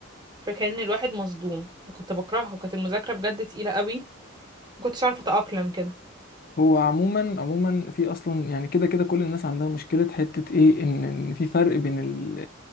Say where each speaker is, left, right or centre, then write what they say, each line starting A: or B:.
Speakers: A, on the right (about 20°); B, on the left (about 45°).
A: فكان الواحد مصدوم كنت بكرهه وكانت المذاكرة بجد تقيلة قوي مكنتش عارفة اتأقلم كده
B: هو عموما عموما في اصلا يعني كده كده كل الناس عندها مشكله حته ايه ان ان في فرق بين ال-